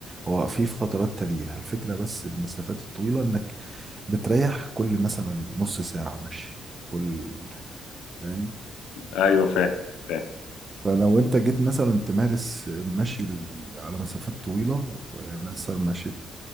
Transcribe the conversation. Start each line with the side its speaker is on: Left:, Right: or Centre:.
Right: هو في فترات تريح الفكره بس المسافات الطويله انك بتريح كل مثلا نص ساعه مشي كل فاهم
Left: ايوه فاهم فاهم
Right: فلو انت جيت مثلا تمارس المشي ال- على مسافات طويله يعني مثلا مشيت